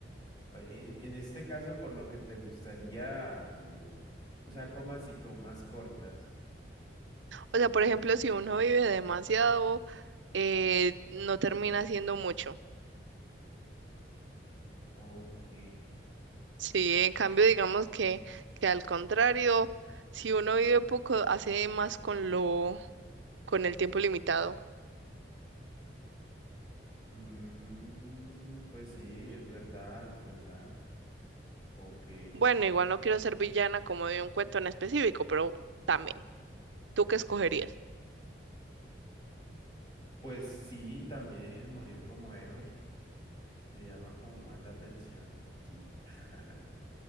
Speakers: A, on the left; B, on the right.
A: En, en este caso, por lo que te gustaría, eh, o sea, comas y comas cortas.
B: O sea, por ejemplo, si uno vive demasiado, eh, no termina haciendo mucho.
A: Ok.
B: Sí, en cambio, digamos que, que al contrario, si uno vive poco, hace más con lo, con el tiempo limitado.
A: Mm, pues sí, es verdad, es verdad. Ok.
B: Bueno, igual no quiero ser villana como de un cuento en específico, pero también, ¿tú qué escogerías?
A: Pues sí, también morir como héroe me llama como más la atención. Sí. <laughs>